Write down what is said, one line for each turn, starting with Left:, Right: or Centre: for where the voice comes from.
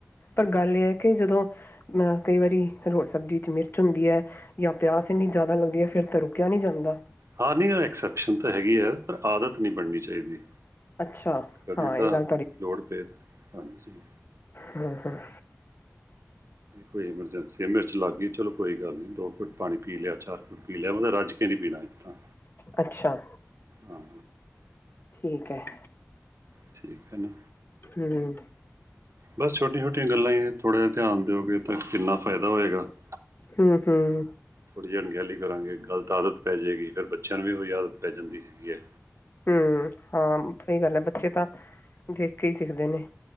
Left: ਪਰ ਗੱਲ ਇਹ ਹੈ। ਕਿ ਜਦੋਂ ਅਹ ਕਈ ਵਾਰੀ, ਰੋਟੀ ਸਬਜ਼ੀ ਚ ਮਿਰਚ ਹੁੰਦੀ ਹੈ। ਜਾਂ, ਪਿਆਸ ਇੰਨੀ ਜ਼ਿਆਦਾ ਲੱਗਦੀ ਹੈ। ਫਿਰ ਤਾਂ ਰੁਕਿਆ ਨਹੀਂ ਜਾਂਦਾ।
Right: ਹਾਂ, ਨਹੀਂ ਉਹ ਐਕਸੈਪਸ਼ਨ ਤਾਂ ਹੈਗੀ ਹੈ, ਪਰ ਆਦਤ ਨਹੀਂ ਬਣਨੀ ਚਾਹੀਦੀ।
Left: ਅੱਛਾ
Right: ਕਦੀ,
Left: ਹਾਂ ਇਹ
Right: ਤਾਂ,
Left: ਗੱਲ
Right: ਲੋੜ ਪਏ, ਹਾਂਜੀ।
Left: ਹੂੰ- ਹੂੰ।
Right: ਕੋਈ ਐਮਰਜੈਂਸੀ ਹੈ, ਮਿਰਚ ਲੱਗ ਗਈ, ਚਲੋ ਕੋਈ ਗੱਲ ਨਹੀਂ, ਦੋ ਘੁੱਟ ਪਾਣੀ ਪੀ ਲਿਆ, ਚਾਰ ਘੁਟ ਪੀ ਲਿਆ, ਮਤਲਬ ਰਜਕੇ ਨਹੀਂ ਪੀਣਾ ਇਸ ਤਰ੍ਹਾਂ।
Left: ਅੱਛਾ।
Right: ਹਾਂ।
Left: ਠੀਕ ਹੈ।
Right: ਠੀਕ ਹੈ ਨਾ।
Left: ਹੂੰ।
Right: ਬਸ ਛੋਟੀਆਂ- ਛੋਟੀਆਂ ਗੱਲਾਂ ਹੀ, ਨੇ ਥੋੜ੍ਹਾ ਜਿਹਾ ਧਿਆਨ ਦਿਓ, ਕਿ ਕਿੰਨਾ ਫਾਇਦਾ ਹੋਏਗਾ? !
Left: ਹੂੰ -ਹੂੰ।
Right: ਥੋੜ੍ਹੀ ਜਿਹੀ, ਅਣਗਹਿਲੀ ਕਰਾਂਗੇ, ਗਲਤ ਆਦਤ ਪੈ ਜਾਏਗੀ, ਫਿਰ ਬੱਚਿਆਂ ਨੂੰ ਵੀ ਉਹੀ ਆਦਤ ਪੈ ਜਾਂਦੀ ਹੈਗੀ ਏ।
Left: ਹਮ, ਹਾਂ ਸਹੀ ਗੱਲ ਹੈ। ਬੱਚੇ ਤਾਂ ਦੇਖ ਕੇ ਹੀ ਸਿੱਖਦੇ ਨੇ।